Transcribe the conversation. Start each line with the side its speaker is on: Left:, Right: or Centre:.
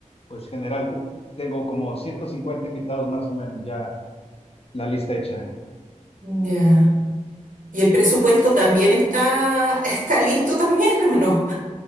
Left: pues general, cu- tengo como 150 invitados más o menos, ya la lista hecha.
Right: Ya. ¿Y el presupuesto también está, <laughs> está listo también o no?